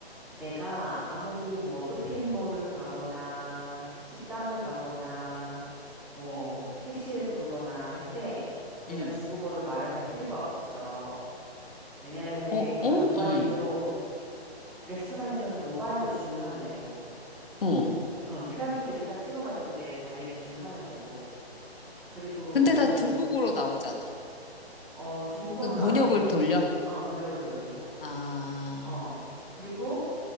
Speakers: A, in the centre; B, on the left (about 55°).
A: 내가 아무리 뭐 쇼핑몰을 가거나 식당을 가거나 뭐 택시를 부르거나 할 때 내가
B: 음,
A: 중국어를 말을 할 필요가 없어. 왜냐면은
B: 어,
A: 다
B: 어,
A: 모바일로,
B: 음,
A: 레스토랑에서는 모바일로 주문하면 되고,
B: 어.
A: 응, QR코드 이렇게 딱 찍어가지고 내 자리에서 주문하면 되고, 그리고
B: 근데
A: 그,
B: 다 중국어로 나오잖아.
A: 어, 중국어로
B: 그
A: 나올
B: 번역을
A: 때는 이제,
B: 돌려?
A: 어, 번역을 돌리고,
B: 아,
A: 어, 그리고